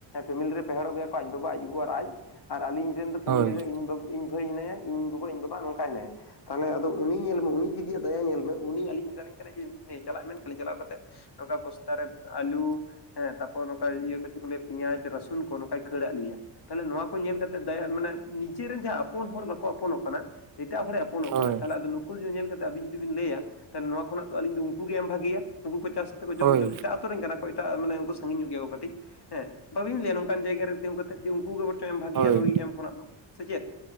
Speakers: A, on the left; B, on the right.
A: ᱯᱷᱮᱢᱮᱞᱤ ᱨᱮ ᱯᱮ ᱦᱚᱲᱚᱜ ᱜᱮᱭᱟ ᱠᱚ ᱟᱡ ᱵᱟᱵᱟ ᱟᱡ ᱜᱚᱜᱚ ᱟᱨ ᱟᱡ᱾ ᱟᱨ ᱟᱞᱤᱧ ᱨᱮᱱ ᱫᱚ, ᱯᱷᱮᱢᱮᱞᱤ
B: ᱦᱳᱭ
A: ᱨᱮ ᱤᱧ, ᱤᱧ ᱵᱷᱟᱹᱭ ᱦᱱᱟᱭᱟ ᱤᱧ ᱜᱚᱜᱚ ᱤᱧ ᱵᱟᱵᱟ᱾ ᱵᱟᱝ ᱱᱚᱝᱠᱟᱭ ᱢᱮ ᱛᱟᱦᱚᱞᱮ ᱟᱫᱚ ᱩᱱᱤ ᱧᱮᱞ ᱢᱮ ᱩᱱᱤ ᱫᱤᱫᱤᱭᱟᱜ ᱫᱟᱭᱟ ᱧᱮᱞ ᱢᱮ ᱩᱱᱤ ᱟᱞᱤᱧ ᱢᱮᱛᱟ ᱞᱤᱧ ᱠᱟᱱᱟᱭ ᱡᱮ <unintelligible> ᱪᱟᱞᱟᱜ ᱢᱮᱱ ᱠᱟᱱᱟᱤᱧ ᱪᱟᱞᱟᱜᱣ ᱠᱟᱛᱮᱜ ᱱᱚᱝᱠᱟ ᱵᱚᱥᱛᱟ ᱨᱮ ᱟᱞᱩ, ᱦᱮᱸ ᱛᱟᱯᱚᱨ ᱱᱚᱝᱠᱟ ᱤᱭᱟᱹ ᱠᱚ ᱪᱮᱫ ᱠᱚ ᱞᱟᱹᱭᱟ ᱯᱮᱭᱟᱡ᱾ ᱨᱟᱹᱥᱩᱱ ᱠᱚ, ᱱᱚᱝᱠᱟᱭ ᱠᱷᱟᱹᱲ ᱟᱫ ᱞᱤᱭᱟᱹ᱾ ᱛᱟᱦᱚᱞᱮ ᱱᱚᱣᱟ ᱠᱚ ᱧᱮᱞ ᱠᱟᱛᱮᱜ ᱫᱟᱭᱟ, ᱢᱟᱱᱮ ᱱᱤᱡᱮᱨᱮᱱ ᱡᱟᱦᱟᱸ ᱟᱯᱚᱱ ᱦᱚᱲ ᱵᱟᱠᱚ ᱟᱯᱚᱱᱚᱜ ᱠᱟᱱᱟ, ᱮᱴᱟᱜ ᱦᱚᱲᱮ ᱟᱯᱚᱱ ᱯᱚᱱᱚᱜ
B: ᱦᱳᱭ
A: ᱠᱟᱱᱟᱭ ᱛᱟᱦᱚᱱᱮ ᱟᱫᱚ ᱱᱩ ᱩᱱᱠᱩ ᱧᱮᱞ ᱠᱟᱛᱮᱜ ᱟᱵᱤᱱ ᱡᱩᱫᱤ ᱵᱤᱱ ᱞᱟᱹᱭᱟ, ᱛᱟᱦᱚᱞᱮ ᱱᱚᱶᱟ ᱠᱷᱚᱱᱟᱜ ᱫᱚ ᱟᱞᱤᱧ ᱫᱚ ᱩᱱᱠᱩ ᱜᱮ ᱮᱢ ᱵᱷᱟᱜᱮᱭᱟ, ᱱᱩᱠᱩ ᱠᱚ ᱪᱟᱥ ᱡᱚᱢ
B: ᱦᱳᱭ
A: ᱪᱚᱱ ᱮᱴᱟᱜ ᱟᱛᱳ ᱨᱮᱱ ᱠᱟᱱᱟ ᱠᱚ, ᱮᱴᱟᱜ ᱢᱟᱱᱮ ᱩᱱᱠᱩ ᱥᱟᱺᱜᱤᱧ ᱧᱚᱜ ᱜᱮᱭᱟ ᱠᱚ ᱠᱟᱹᱴᱤᱡ, ᱦᱮᱸ ᱵᱟᱹᱵᱤᱱ ᱞᱟᱹᱭᱟ ᱱᱚᱝ ᱚᱱᱠᱟᱱ ᱡᱟᱭᱜᱟ ᱨᱮ ᱛᱤᱸᱜᱩ ᱠᱟᱛᱮᱫ ᱡᱮ ᱩᱱᱠᱩ ᱜᱮ ᱵᱚᱨᱪᱚᱝ ᱮᱢ ᱵᱷᱟᱹᱜᱮᱭᱟ
B: ᱦᱳᱭ
A: ᱱᱩᱭ ᱮᱢ ᱠᱷᱚᱱᱟᱜ ᱫᱚ ᱥᱮ ᱪᱮᱫ